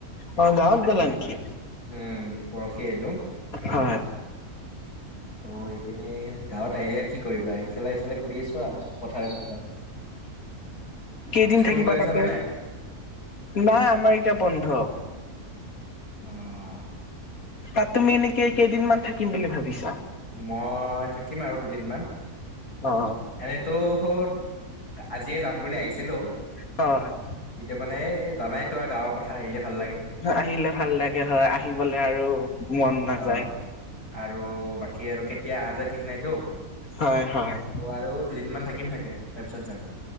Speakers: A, on the left; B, on the left.
A: অ গাঁৱত গ'লা নেকি
B: উম পৰহি আহিলোঁ।
A: হয়
B: ত' এইপিনে গাঁৱত ডাইৰেক্ট কি কৰিবা এইফালে এইফালে ঘূৰি আছো আৰু পথাৰে চথাৰে।
A: কেইদিন
B: স্কুল
A: থাকিবা
B: গৈ আছা
A: তাতেদ,
B: নে নাই?
A: নাই আমাৰ ইতিয়া বন্ধ।
B: অ'।
A: তাত তুমি এনেকে কেইদিনমান থাকিম বুলি ভাবিছা?
B: মই থাকিম আৰু দুদিনমান
A: অ
B: এনেইতো হ' আজিয়ে যাম বুলি আহিছিলো
A: হয়
B: কিন্তু মানে জানাই তো আৰু গাঁৱৰ কথা আহিলে ভাল লাগে।
A: আহিলে ভাল লাগে হয় আহিব'লে আৰু মন নাযায়।
B: অ', আৰু বাকী আৰু কেতিয়া আহা যায় ঠিক নাইতো,
A: হয় হয়
B: আৰু দুদিনমান থাকিম থাকে। তাৰপিছত যাম।